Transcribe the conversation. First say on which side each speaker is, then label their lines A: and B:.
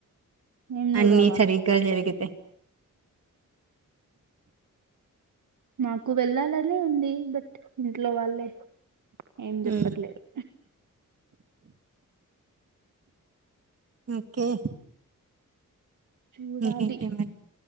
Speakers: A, on the right (about 70°); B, on the right (about 50°).
A: ఏం నువ్వు
B: అన్ని
A: రావా
B: సరిగ్గా జరిగితే
A: మాకు వెళ్ళాలనే ఉంది బట్ ఇంట్లో వాళ్ళే ఏం చెప్పట్లేరు
B: హ్మ్. ఓకే
A: చూడాలి
B: ఇంకేంటి మరి